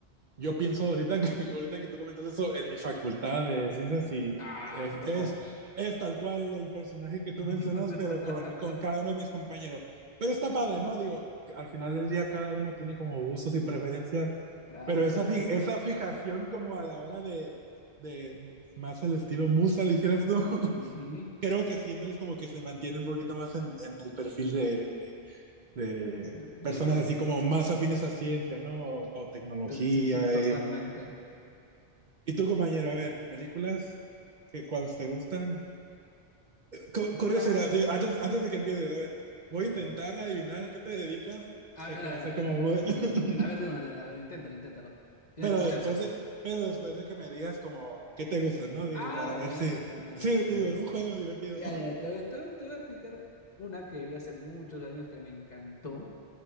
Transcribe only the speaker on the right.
yo pienso ahorita que, <laughs> ahorita que tú comentas eso, en mi facultad de ciencias y
es,
es, es tal cual el personaje que tú
mencionas, pero con, con cada uno de mis compañeros. Pero está padre, ¿no? Digo, al final del día cada uno tiene como gustos y preferencias,
pero esa,
fi- esa fijación como a la hora de, de más el estilo musa, dijeras tú, <laughs>
creo que siempre es como que se mantiene un poquito más en, en el perfil de, de, de
personas
así como más afines a ciencia, ¿no? O, o tecnología,
eh, y tú, compañero, a ver, películas, que, ¿cuáles te gustan? Cu- curioso,
mira, digo, antes, antes de que empieces, a ver, voy a
intentar
adivinar a qué te dedicas.
Sé
que
va
a ser
como,
muy-
<laughs>
pero
después
de, pero después de que me digas como qué te gusta, ¿no? Digo,
para
ver si,
sí,
digo, un juego divertido.